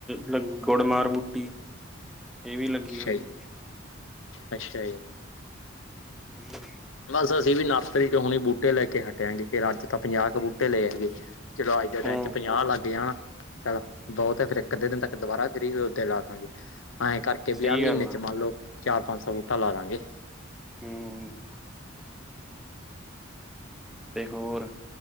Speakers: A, in the centre; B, on the left (about 80°).
A: ਲ ਗੁੜ ਮਾਰ ਬੂਟੀ, ਇਹ ਵੀ ਲੱਗੀ
B: ਅੱਛਾ
A: ਹੋਈ
B: ਜੀ
A: ਆ।
B: ਅੱਛਾ ਜੀ।
A: <inaudible>
B: ਬਸ ਅਸੀਂ ਵੀ ਨਰਸਰੀ 'ਚੋ ਹੁਣੇ ਬੂਟੇ ਲੈ ਕੇ ਹਟੇ ਆ ਜੀ, ਤੇ ਅੱਜ ਤਾਂ ਪੰਜਾਹ ਕੁ ਬੂਟੇ ਲਏ ਹੈਗੇ। ਚਲੋ ਅੱਜ ਦੇ
A: ਹੂੰ
B: ਦਿਨ ਚ' ਪੰਜਾਹ ਲੱਗ ਜਾਣ, ਚੱਲ, ਬਹੁਤ ਫਿਰ ਇੱਕ-ਅੱਧੇ ਦਿਨ ਤੱਕ ਦੁਬਾਰਾ ਫਰੀ ਹੋਈ ਉਦੇ ਲਾ ਦਾਂਗੇ, ਐਂ ਕਰਕੇ
A: ਸਹੀ
B: ਵੀ ਆਹ ਮਹੀਨੇ
A: ਗੱਲ
B: 'ਚ
A: ਆ
B: ਮੰਨ ਲਓ ਚਾਰ-ਪੰਜ ਸੌ ਬੂਟਾ ਲਾ ਦਾਂਗੇ।
A: ਹੂੰ। ਤੇ ਹੋਰ?